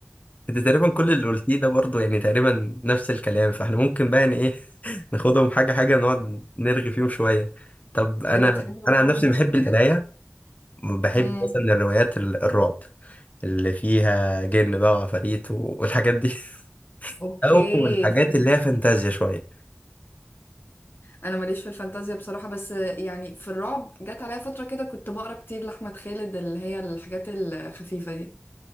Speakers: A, on the left; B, on the left.
A: انت تقريبا كل اللي قلتيه ده برضو يعني تقريبا نفس الكلام فاحنا ممكن بقى ان ايه <laughs> ناخدهم حاجة حاجة نقعد نرغي فيهم شوية طب انا
B: انت بتحب برضو
A: انا عن نفسي
B: نفس
A: بحب
B: الحاجه
A: القراية بحب
B: امم
A: مثلا الروايات ال- الرعب اللي فيها جن بقى وعفاريت و- والحاجات دي <laughs>
B: اوكي
A: او الحاجات
B: فهمتك
A: اللي هي فانتازيا شوية
B: انا ماليش في الفانتازيا بصراحه بس يعني في الرعب جت عليا فتره كده كنت بقرا كتير لاحمد خالد اللي هي الحاجات الخفيفه دي